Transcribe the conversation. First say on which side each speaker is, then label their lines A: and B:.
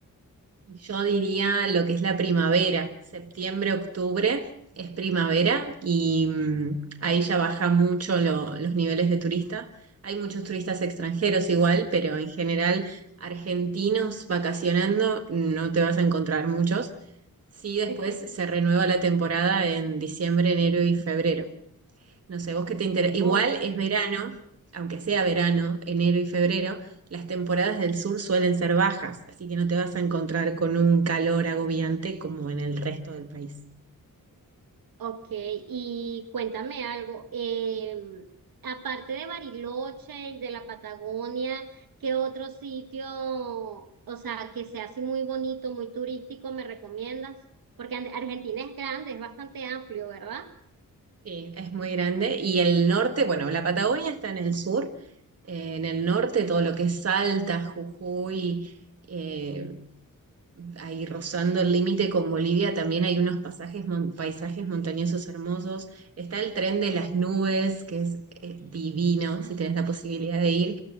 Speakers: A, on the right; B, on the right.
A: Y Yo diría lo que es la primavera, septiembre, octubre es primavera y mm, ahí ya baja mucho lo- los niveles de turista. Hay muchos turistas extranjeros igual, pero en general argentinos vacacionando no te vas a encontrar muchos. Sí, después
B: <laughs>
A: se renueva la temporada en diciembre, enero y febrero. No sé, vos qué te interesa. Igual
B: Ok,
A: es verano, aunque sea verano, enero y febrero, las temporadas del sur suelen ser bajas, así que no te vas a encontrar con un calor agobiante como en el resto del país.
B: ok, y cuéntame algo, eh, aparte de Bariloche y de la Patagonia, ¿qué otro sitio, o sea, que sea así muy bonito, muy turístico, me recomiendas? Porque Ar- Argentina es grande, es bastante amplio, ¿verdad?
A: Sí, es muy grande. Y el norte, bueno, la Patagonia está en el sur. eh, en el norte, todo lo que es Salta, Jujuy, eh, ahí rozando el límite con Bolivia, también hay unos pasajes, mon- paisajes montañosos hermosos. Está el tren de las nubes, que es eh, divino,
B: Ah,
A: si tenés la posibilidad de ir.